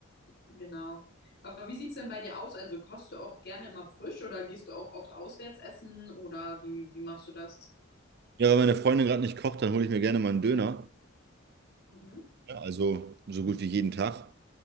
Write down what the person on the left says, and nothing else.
Genau. Aber wie sieht's denn bei dir aus? Also kochst du auch gerne immer frisch oder gehst du auch oft auswärts essen oder wie, wie machst du das?
Mhm.